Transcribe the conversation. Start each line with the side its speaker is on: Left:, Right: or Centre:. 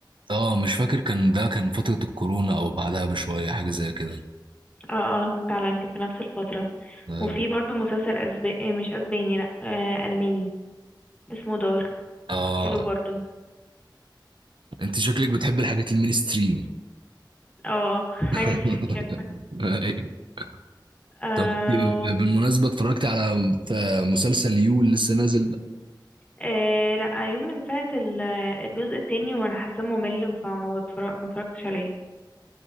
Right: اه مش فاكر كان ده كان فترة الكورونا او بعدها بشوية حاجة زي كده
Left: اه اه فعلا كان في نفس الفترة
Right: ايوه
Left: وفي برضو مسلسل أسباني مش أسباني لأ آه ألماني اسمه دارك
Right: اه
Left: حلو برضو
Right: انت شكلك بتحب الحاجات المينستريم
Left: اه <laughs>
Right: <laughs>
Left: حاجة زي كده
Right: أيوة.
Left: آه
Right: طب إنت بالمناسبة اتفرجت على مسلسل يو اللي لسه نازل ده
Left: آه، لأ أيوه من ساعة ال- الجزء التاني وأنا حاسة ممل فما بتفرج ما اتفرجتش عليه